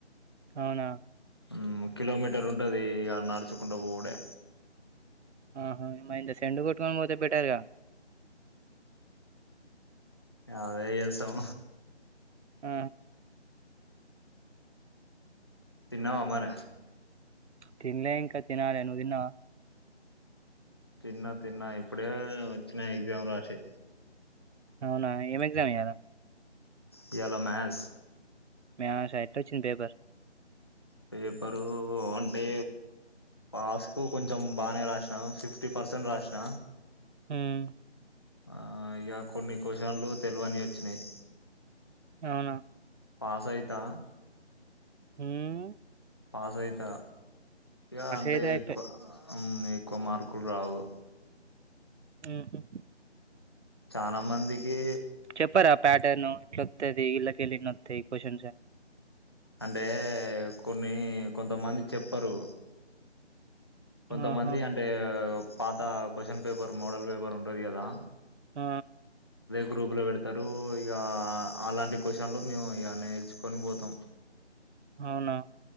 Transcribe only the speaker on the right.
అవునా
ఆహా ఏమైంద సెండ్ గొట్టుకొని పోతే బెటర్గా
ఆ
తిన్లే ఇంకా తినాలి నువ్ తిన్నావా
అవునా ఏం ఎగ్జామ్ ఇయాలా
మే అస ఎట్టొచ్చింది పేపర్
హ్మ్మ్
అవునా
హ్మ్మ్
అయితే అయిపాయ్.
మ్మ్ హు
చెప్పారా ప్యాటర్ను ఇట్లొత్తది ఇళ్లకెళ్ళి ఇన్నోత్తయి కొసన్సు
ఆహా!
ఆ
అవునా